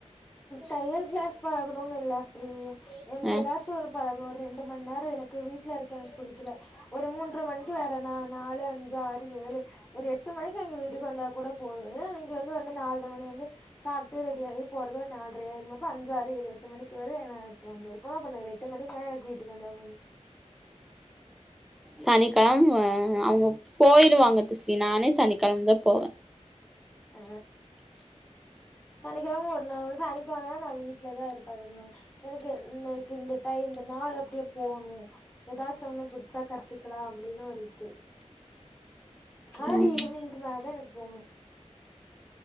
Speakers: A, on the left (about 20°); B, in the centre.
A: தையல் கிளாஸ் பழகுறோம்ன் இல்ல ஃப்ரியி எனக்கு
B: அ
A: எதாச்சு ஒரும் பழகணு ஒரு ரெண்டு மண் நேரோ எனக்கு வீட்ல இருக்க எனக்கு புடிக்கல ஒரு மூன்ற மணிக்கு வேற நா நாலு அஞ்சு ஆறு ஏழு ஒரு எட்டு மணிக்கு எனக்கு வீட்டுக்கு வந்தா கூட போது ஏன்னா நீங்க வந்து வந்து நாலு மணி வந்து சாப்ட்டு ரெடி ஆயி போறது ஒரு நால்ர ஆயிருமா அப்போ அஞ்சு ஆறு ஏழு எட்டு மணிக்கு வர எனக்கு அங்க இருக்கணு அப்ப நா எட்டு மணிக்கு மேல எனக்கு வீட்டுக்கு வந்தா போது
B: சனிக்கெழம அவங்க போயிருவாங்க திஸ்டி நானு சனிக்கெழமதா போவ
A: அ சனிக்கெழ ஒர் <unintelligible> நா வீட்லதா இருப்ப அதுமில்லாம எனக்கு நேத்துக்கு இந்த டைம் இந்த நாள் அப்டியே போணு எதாச்சு ஒண்ணு புதுசா கத்துக்கலா அப்டின் ஒரு இது ஆனா அது
B: ம்
A: ஈவினிங்க்கு மேலதா எனக்கு போகணு